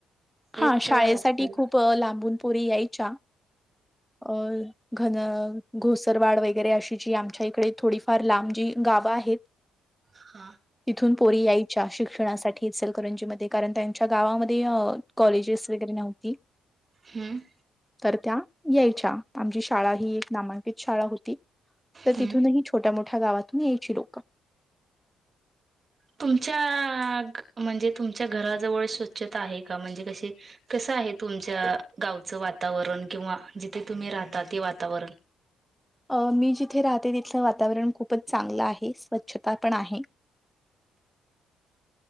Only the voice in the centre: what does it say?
हा शाळेसाठी
खूप
लांबून पुरी यायच्या अ घन घोसरवाड वगैरे अशी जी आमच्या इकडे थोडीफार लांब जी गावं आहेत.
तिथून पोरी यायच्या शिक्षणासाठी सलकरंजीमध्येध्ये कारण त्यांच्या गावामध्ये कॉलेजेस वगैरे नव्हती.
तर त्या यायच्या आमची शाळा ही एक नामांकित शाळा होती. तर
तिथूनही छोट्या मोठ्या गावातून यायची लोकं.
अ मी जिथे राहते तिथलं वातावरण खूपच चांगलं आहे स्वच्छता पण आहे.